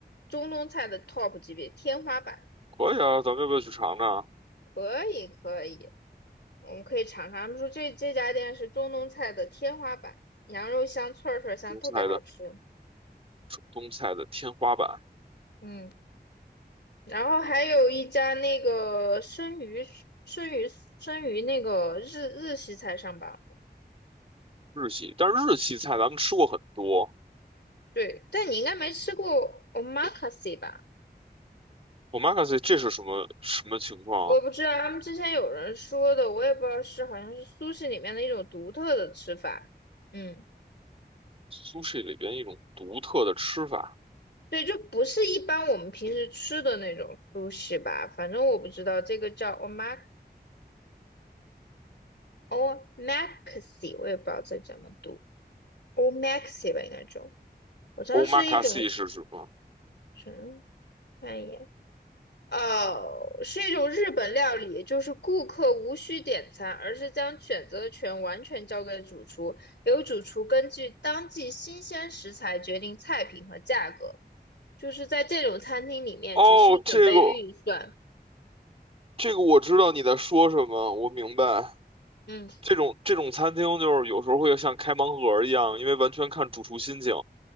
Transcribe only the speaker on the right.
可以啊，咱们要不要去尝尝
东菜的
东菜的天花板
日系？但是日系菜咱们吃过很多。
omakase 这是什么什么情况啊
？sushi 里边一种独特的吃法。
omakase 是什么？
哦，
这个。这个我知道你在说什么，我明白。
这种这种餐厅就是有时候会像开盲盒一样，因为完全看主厨心情。